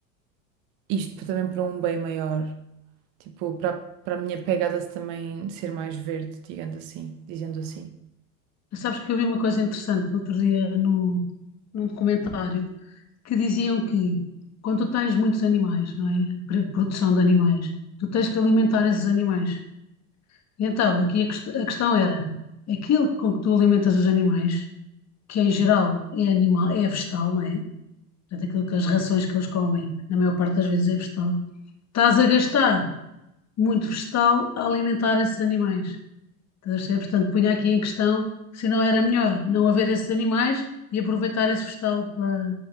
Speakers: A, on the right; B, on the left.
A: isto pa- também para um bem maior. Tipo, para, para a minha pegada também ser mais verde, digamos assim, dizendo assim.
B: Sabes que eu vi uma coisa interessante no outro dia no num documentário que diziam que quando tu tens muitos animais, não é? Pr- Produção de animais, tu tens que alimentar esses animais. E então aqui a, quest- a questão era aquilo com que tu alimentas os animais, que em geral é animal, é vegetal, não é? Portanto, aquilo que as rações que eles comem, na maior parte das vezes é vegetal, estás a gastar muito vegetal a alimentar esses animais. Estás a perceber? Portanto, punha aqui em questão se não era melhor não haver esses animais e aproveitar esse vegetal para,